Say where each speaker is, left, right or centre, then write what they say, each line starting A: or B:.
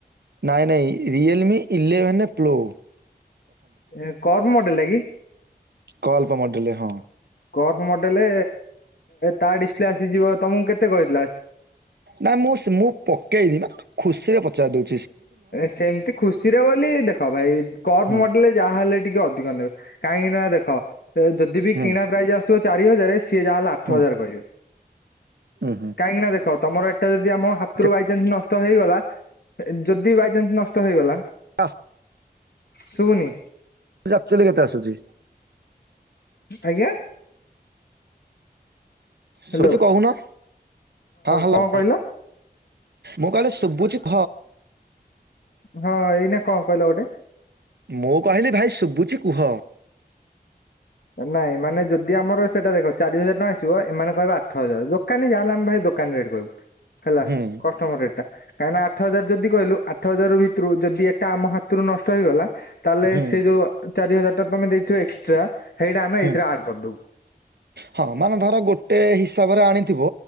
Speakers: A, on the right (about 75°); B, on the left (about 65°).
A: ନାହିଁ ନାହିଁ ରିଏଲ ଲମି ଇଲେଭେନ ପ୍ରୋ।
B: ଏ କର୍ଭ ମଡେଲ ଟା କି?
A: କର୍ଭ ମଡେଲ ହଁ।
B: କର୍ଭ ମଡେଲ ତା ଡିସପ୍ଲେ ଆସିଯିବ, ତମକୁ କେତେ କହିଥିଲା?
A: ନା ମୁଁ ମୁଁ ପକେଇନି ନା ଖୁସିରେ ପଚାରି ଦଉଛିି
B: ସେମିତି ଖୁସିରେ ବୋଲି ଦେଖ ଭାଇ କର୍ଭ
A: ହୁଁ
B: ମଡେଲ ଯାହାହଲେ ବି ଟିକେ ଅଧିକ ନେବେ। କାହିଁକି ନା ଦେଖ ଯଦି ବି
A: ହୁଁ
B: କିଣା ପ୍ରାଇସ୍ ଆସୁଥିବ ଚାରି ହଜାରାରେ ସିଏ ଯାହା ହେଲେ ଆଠ
A: ହୁଁ
B: ହଜାର କହିବେ।
A: ହୁଁ ହୁଁ
B: କାହିଁକି ନା ଦେଖ ତମର ଏଟା ଯଦି ଆମ ହାତରୁ
A: କେତେ
B: ବାଇଚନ୍ସ ନଷ୍ଟ ହେଇଗଲା ଯଦି ବାଇଚନ୍ସ ନଷ୍ଟ ହେଇଗଲା
A: <inaudible>
B: ଶୁଭୁନି
A: ଏଟା ଆକ୍ଚୁଆଲି କେତେ ଆସୁଛି?
B: ଆଜ୍ଞା ହ୍ୟାଲୋ
A: ସୂଚୀ କହୁନ ହଁ ହ୍ୟାଲୋ
B: କଣ କହିଲ
A: ମୁଁ କହଲି <inaudible>
B: ହଁ ଏଇନେ କଣ କହିଲ ଗୋଟେ।
A: ମୁଁ କହିଲି ଭାଇ ଶୁଭୁଚି କୁହ?
B: ନାଇଁ ମାନେ ଯଦି ଆମର ସେଇଟା ଦେଖ ଚାରି ହଜାର ଟଙ୍କା ଆସିବ ଏମାନେ କହିବେ ଆଠ ହଜାର ଦୋକାନୀ ଯାହା ହେଲେ ଆମେ ଭାଇ ଦୋକାନି ରେଟେ କହିବୁ ହେଲା
A: ହୁଁ
B: କଷ୍ଟମ ରେଟ କାହିଁକି ନା ଆଠ ହଜାର ଯଦି କହିଲୁ ଆଠ ହଜାର ଭିତରୁ ଯଦି ଏଟା ଆମ ହାତରୁ ନଷ୍ଟ ହେଇଗଲା ତାହେଲେ
A: ହୁଁ
B: ସେ ଯୋଉ ଚାରି ହଜାର ଟା ତମେ ଦେଇଥିବ ଏକ୍ସଟ୍ରା ସେଇଟା ଆମେ
A: ହୁଁ
B: ଏଇଥିରେ ଆଡ କରିଦବୁ
A: ହଁ ମାନେ ଧର ଗୋଟେ ହିସାବରେ ଆଣିଥିବୁ